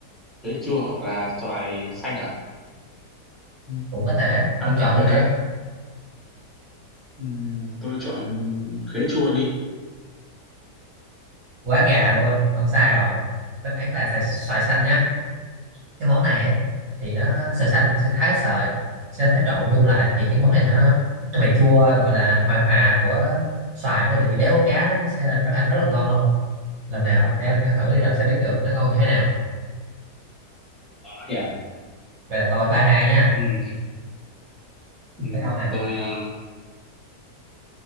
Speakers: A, in the centre; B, on the right.
A: khế chua hoặc là xoài xanh à? Ừm,
B: cũng có thể
A: Ăn
B: ông
A: hợp
B: chọn
A: với
B: thử đi
A: cá. Ừm, tôi chọn khế chua đi.
B: quá gà luôn ông sai rồi đáp án là xoài, xoài xanh nhá cái món này ấy, thì nó sợi xanh sẽ thái sợi sẽ, sẽ trộn chung lại thì cái món này nó nó bị chua gọi là hòa hòa của xoài với lại vị béo của cá nó sẽ rất ăn rất là ngon luôn lần nào ông sẽ ăn thử đi ông sẽ biết được nó ngon như thế nào
A: Đó nhỉ.
B: vậy là tôi ba hai nha
A: Ừm, ừm.
B: tới ông nè
A: Tôi à,